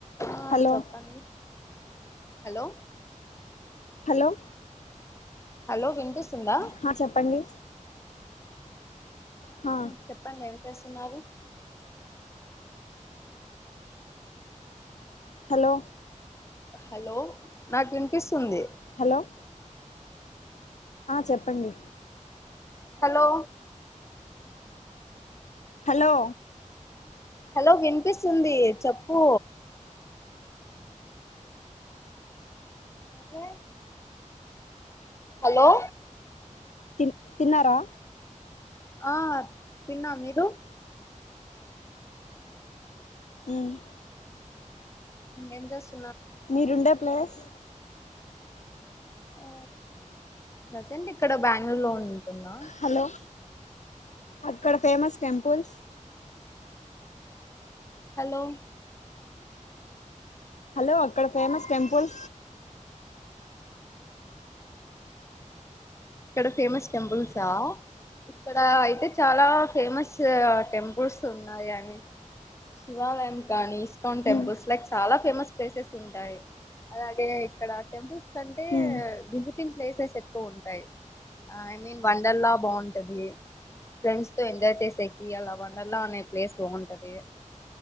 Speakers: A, on the left; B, on the left.
A: ఆ
B: హలో
A: చెప్పండి hello
B: hello
A: hello వినపిస్తుందా
B: హా చెప్పండి హా
A: చెప్పండి ఏమి చేస్తున్నారు
B: హలో
A: హలో నాకు వినిపిస్తుంది
B: హలో చెప్పండి
A: హలో
B: హలో
A: హలో వినిపిస్తుంది చెప్పు అదే హలో
B: తిన్ తిన్నారా
A: ఆ తిన్నా మీరు
B: ఉమ్
A: ఎంచెస్తు
B: మీరుండే ప్లేస్
A: ఆ ప్రసెంట్ ఇక్కడ బెంగళూరు లో ఉంటుందా
B: హలో అక్కడ ఫేమస్ టెంపుల్స్
A: హలో
B: హలో అక్కడ ఫేమస్ టెంపుల్
A: ఇక్కడ ఫేమస్ టెంపుల్స్ సా ఇక్కడ అయితే చాలా ఫేమస్ టెంపుల్స్ ఉన్నాయి అని శివాలయం కానీ ఇస్కాన్ టెంపుల్స్
B: మ్మ్
A: లైక్ చాలా ఫేమస్ ప్లేసెస్ ఉంటాయి అలాగే ఇక్కడ టెంపుల్స్ కంటే
B: మ్మ్
A: విజిటింగ్ ప్లేసెస్ ఎక్కువ ఉంటాయి ఐ మీన్ వండర్లా బాగుంటది ఫ్రెండ్స్ తో ఎంజాయ్ చేసేకి అలా వండర్లా అనే ప్లేస్ బాగుంటది